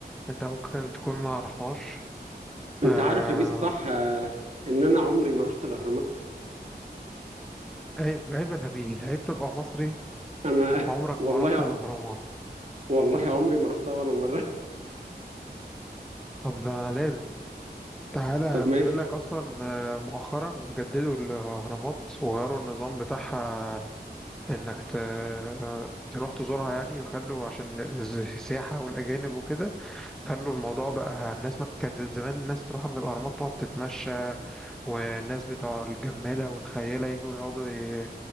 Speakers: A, in the centre; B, on the right.
A: انت ممكن تكون ما رحتهاش
B: انت
A: آه
B: عارف يا بيسا صح آه، ان انا عمري ما رحت الاهرامات
A: عيب عيب يا نبيل عيب تبقى مصري
B: انا
A: عمرك
B: <laughs>
A: ما رحت
B: والله
A: الاهرامات
B: والله عمري ما رحتها ولا مره
A: طب آه، لازم تعالى
B: <laughs> طب ماشي
A: بيقول لك اصلا آه، مؤخرا جددوا الاهرامات وغيروا النظام بتاعها انك ت... آه، تروح تزورها يعني وخلوا عشان الز- السياحة والأجانب وكده خلوا الموضوع بقى الناس ما بت- كانت زمان الناس تروح عند الأهرامات تقعد تتمشى والناس بتوع الجمالة والخيالة يجوا يقعدوا ي...